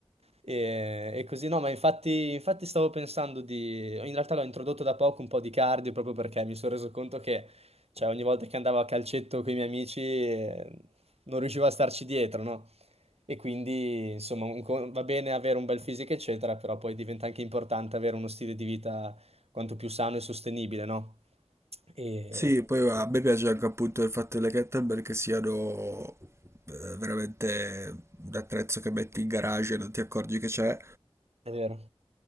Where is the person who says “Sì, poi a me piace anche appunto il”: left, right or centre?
Right